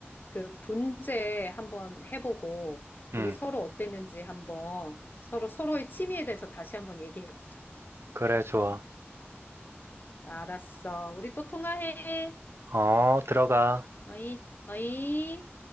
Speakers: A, on the left (about 45°); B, on the right (about 70°).
A: 그 분재 한번 해보고,
B: 응,
A: 우리 서로 어땠는지 한번 서로 서로의 취미에 대해서 다시 한번 얘기해보자.
B: 그래, 좋아.
A: 알았어. 우리 또 통화해.
B: 어, 들어가.
A: 어이, 어이.